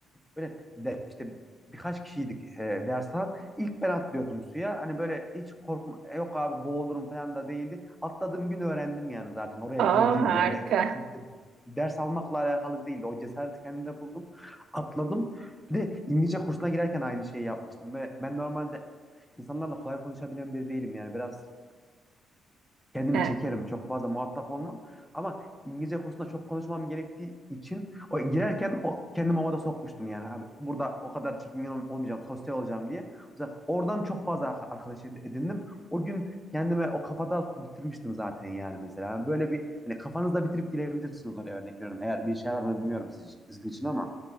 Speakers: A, in the centre; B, on the right.
A: Böyle de, işte birkaç kişiydik e, ders İlk ben atlıyordum suya. Hani böyle hiç korkma "E, yok abi boğulurum falan da değildi. Atladığım gün öğrendim yani zaten oraya girdiğim
B: Aa harika.
A: gün hani e, e, ders almakla alakalı değildi. O cesareti kendimde buldum. Atladım. Bir de İngilizce kursuna girerken aynı şeyi yapmıştım. Böyle ben normalde insanlarla kolay konuşabilen biri değilim yani. Biraz kendimi
B: Ee,
A: çekerim. Çok fazla muhatap olmam. Ama İngilizce kursunda çok konuşmam gerektiği için o girerken o kendimi havada sokmuştum yani abi. Burada o kadar çekingen ol- olmayacağım, sosyal olacağım diye. Mesela oradan çok fazla arka- arkadaş edindim. O gün kendime o kafada bitirmiştim zaten yani mesela. Böyle bir hani kafanızda bitirip girebilirsiniz oraya örnek veriyorum. Eğer bir işe yarar mı bilmiyorum sizin, için, sizin için ama.